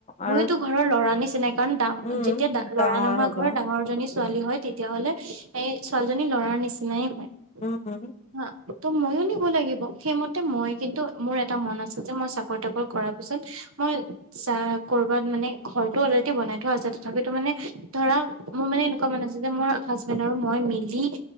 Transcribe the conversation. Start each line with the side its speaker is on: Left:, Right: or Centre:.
Right: ময়তো
Left: আৰু
Right: ঘৰৰ লৰা নিচিনাই কাৰণ ডা
Left: উম
Right: যেতিয়া
Left: ডাঙৰ
Right: লৰা নোহোৱা
Left: হবা
Right: ঘৰৰ ডাঙৰ জনী- ছোৱালী হয় তেতিয়াহ'লে এই ছোৱালীজনী লৰাৰ নিচিনাই হয়।
Left: উম হম।
Right: হা ত' মইও নিব লাগিব, সেইমতে মই কিন্তু মোৰ এটা মন আছে যে মই চাকৰি তাকৰি কৰাৰ পিছত- মই যা কৰবাত মানে ঘৰতো অলৰেডি বনাই থোৱা আছে, তথাপিতো মানে- ধৰা মোৰ মানে এনেকুৱা মন আছে যে মোৰ হাজবেণ্ড আৰু মই মিলি-